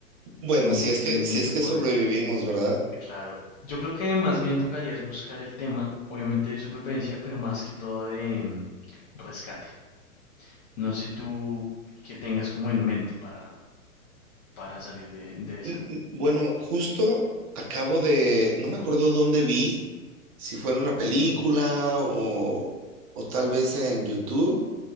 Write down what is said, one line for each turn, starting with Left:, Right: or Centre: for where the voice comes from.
Right: Bueno,
Left: sin,
Right: si es
Left: sin
Right: que,
Left: ningún
Right: si es
Left: tipo
Right: que sobrevivimos,
Left: de...
Right: ¿verdad?
Left: Claro, yo creo que más bien tocaría es buscar el tema, obviamente de supervivencia, pero más que todo de mm, rescate. No sé tú qué tengas como en mente para, para salir de, de
Right: Y-
Left: esa.
Right: y, Bueno, justo acabo de, no me acuerdo dónde vi, si fue en una película o, o tal vez en YouTube,